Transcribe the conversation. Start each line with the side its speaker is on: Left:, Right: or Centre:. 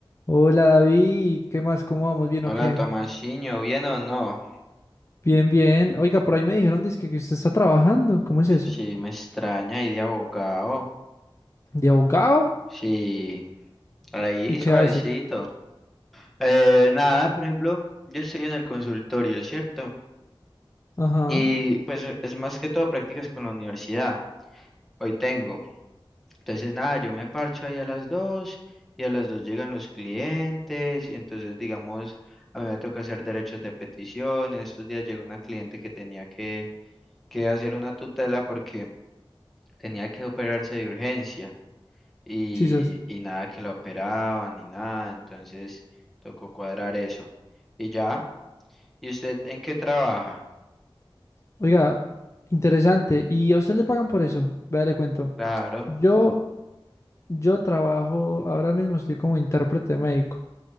Left: Hola David, ¿qué más? ¿Cómo vamos? ¿Bien
Centre: Hola,
Left: o qué?
Centre: Tomasiño, ¿bien o no?
Left: Bien, bien. Oiga, por ahí me dijeron dizque que usted está trabajando. ¿Cómo es eso?
Centre: Si me extraña ahí de abogado.
Left: ¿De abogado?
Centre: Sí, ahí
Left: ¿Y qué
Centre: suavecito.
Left: hace?
Centre: Eh, nada, por ejemplo, yo estoy en el consultorio, ¿cierto?
Left: Ajá,
Centre: Y pues es más que todo prácticas con la universidad. Hoy tengo. Entonces, nada, yo me parcho ahí a las dos y a las dos llegan los clientes. Y entonces, digamos, a mí me toca hacer derechos de petición. En estos días llegó una cliente que tenía que, que hacer una tutela porque tenía que operarse de urgencia. y,
Left: sisas.
Centre: y nada que la operaban ni nada, entonces tocó cuadrar eso. Y ya, ¿y usted en qué trabaja?
Left: Oiga, interesante. ¿Y a usted le pagan por eso? Vea, le cuento.
Centre: Claro.
Left: Yo, yo trabajo, ahora mismo estoy como intérprete médico.